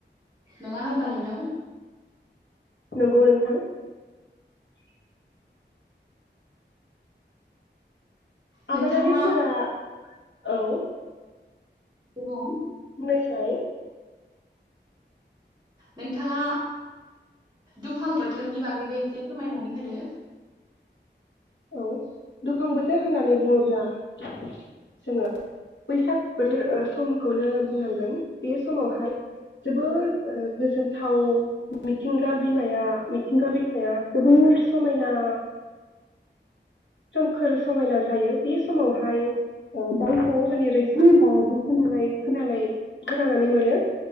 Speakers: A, on the right; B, on the left.
A: नङा होमबा
B: औ
A: नोंथां
B: नंगौ नोंथां <unintelligible>
A: नोंथाङा
B: आबादारिफोरा औ
A: दे बुं
B: बुंनायसाय
A: नोंथाङा दुफां बोथोरनि बागैबो एसे फोरमायनानै होदो।
B: औ दुफां बोथोर होननानै बुङोब्ला जोंङो बैसाग बोथोर ओ समखौनो बुंनांगोन बे समावहाय जोबोर ओ गोजोनथाव मिथिंगा बिमाया मिथिंगा बिखाया जोबोर समायना। सोमखोर समायना जायो बे समावहाय ओ दाउ खौऔफोरनि रैसुमै गारांखौ खोनानाय खोनानाय खोनानानै मोनो